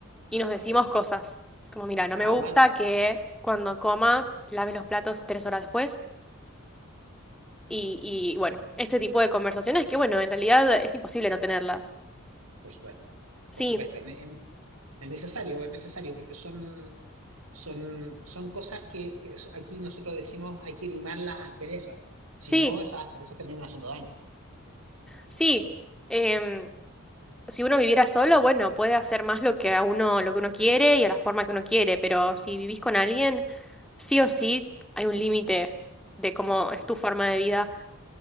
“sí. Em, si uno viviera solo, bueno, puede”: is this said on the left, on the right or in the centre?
Centre